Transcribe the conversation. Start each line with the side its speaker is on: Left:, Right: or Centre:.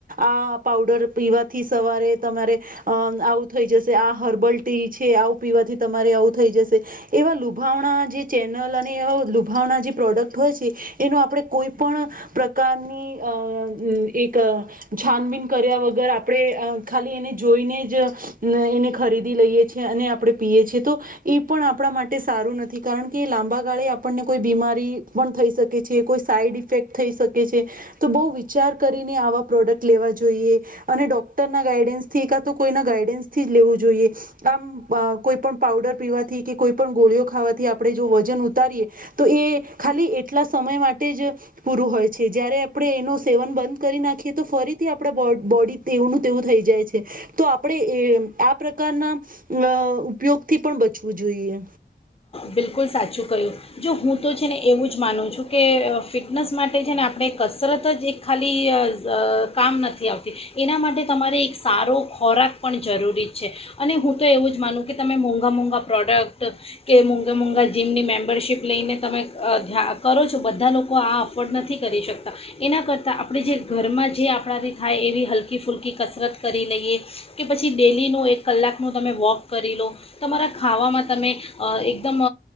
Right: આ પાવડર પીવાથી સવારે તમારે. અ આવું થઈ જશે આ હર્બલ ટી છે આવું પીવાથી તમારે આવું થઈ જશે એવા લુભાવણા જે ચેનલ અને એવા લુભાવણા જે પ્રોડક્ટ હોય છે એનો આપણે કોઈ પણ પ્રકારની એક છાનબીન કર્યા વગર આપણે ખાલી એને. જોઈને જ એને ખરીદી લઈએ છેએ અને આપણે પીએ છીએ તો એ પણ આપણા માટે સારું નથી કારણ કે લાંબા ગાળે આપણને કોઈ બીમારી પણ થઈ શકે છે કોઈ સાઈડ ઇફેક્ટ થઈ શકે છે તો બહુ વિચાર કરીને આવા પ્રોડક્ટ લેવા જોઈએ અને ડૉક્ટરના ગાઈડન્સ. થી કા તો કોઈના ગાઈડન્સથી જ લેવું જોઈએ આમ કોઈ પણ પાાવડર પીવાથી કે કોઈ પણ ગોળીઓ ખાવાથી આપણે જો વજન ઉતારીએ તો એ ખાલી એટલા સમય માટે જ પૂરું હોય છે જ્યારે આપણે એનું સેવન બંધ કરી નાખીએ તો ફરીથી આપડા બોડ બોડી તેવું નું તેવું થઈ જાય છે. તો આપણે એ આ પ્રકારના અ ઉપયોગથી પણ બચવું જોઈએ.
Left: બિલકુલ સાચું કહ્યું જો હું તો છે ને એવું જ માનું છું કે ફિટનેસ માટે છે ને આપણે કસરત જ એક ખાલી કામ નથી આવતી એના માટે તમારે એક સારો. ખોરાક પણ જરૂરી છે અને હું તો એવું જ માનું. કે તમે મોંઘા મોંઘા પ્રોડક્ટ. કે મોંઘા મોંઘા જીમની મેમ્બરશીપ લઈને તમે ધ્યા કરો છો બધા લોકો આ અફોર્ડ નથી કરી શકતા એના કરતાં આપણે જે ઘરમાં જે આપણાથી થાય એવી હલકી ફૂલકી કસરત કરી લઈએ કે પછી ડેલીનું એક કલાકનું તમે વૉક કરી લો તમારા ખાવામાં તમે. એકદમ